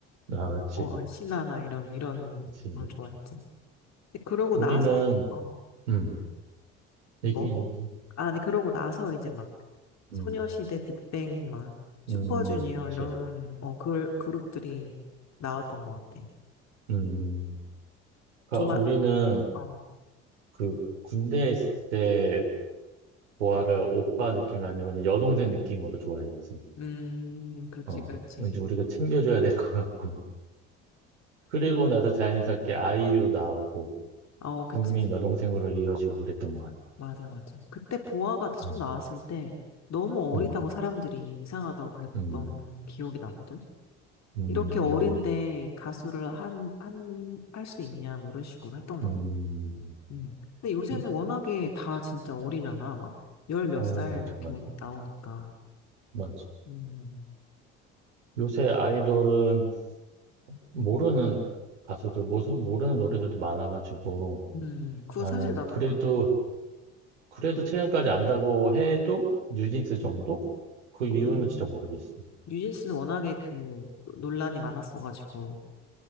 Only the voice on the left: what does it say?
어, 신화나 이런, 이런
걸 좋아했지. 근데 그러고
나서, 어,
뭐?
아니, 그러고 나서 이제 막, 소녀시대,
빅뱅, 막, 슈퍼주니어,
이런, 어, 그, 그룹들이 나왔던 것 같아.
좋아,
어,
음, 그렇지,
그렇지.
어, 그치.
맞아, 맞아. 그때 보아가 좀
나왔을 때, 너무 어리다고
사람들이 이상하다고 그랬던
기억이 나거든.
이렇게 어린데 가수를 한, 한, 할 수 있냐, 뭐 이런 식으로 했던 것
같아요. 음. 근데 요새는
워낙에 다 진짜 어리잖아. 막, 열 몇
살
이렇게
온- 나오니까.
음,
음, 그거
사실 나도
그래.
음.
뉴진스는 워낙에 그 논란이 많았어가지고.